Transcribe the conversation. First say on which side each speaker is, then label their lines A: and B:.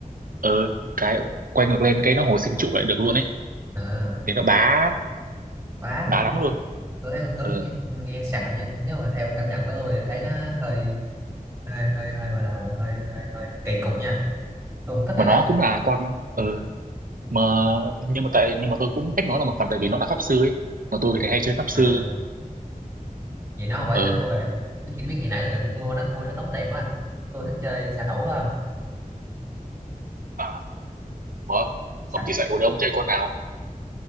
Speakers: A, on the right (about 75°); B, on the right (about 25°).
A: ờ cái quay ngược lên cái nó hồi sinh trụ lại được luôn ấy
B: à,
A: thì nó bá
B: quá là,
A: bá lắm luôn
B: tôi thấy con tướng
A: ừ.
B: nghe, nghe xàm nha, nếu mà theo cảm nhận của tôi thì thấy nó hơi, hơi, hơi, hơi gọi là hơi, hơi, hơi kỳ cục nha, tôi không thích
A: mà
B: rồi
A: nó
B: đó.
A: cũng là con ừ. mà nhưng mà tại nhưng mà tôi cũng thích nó là một phần tại vì nó là pháp sư ấy mà tôi thì hay chơi pháp sư
B: À, vậy nó quả
A: ừ.
B: thích tôi rồi biết biết ngày nãy tôi định mua nó mua nó tốn tiền quá à. tôi thích chơi xạ thủ hơn
A: Ờ, Ủa,
B: Sao?
A: ông chia sẻ hồi đấy ông chơi con nào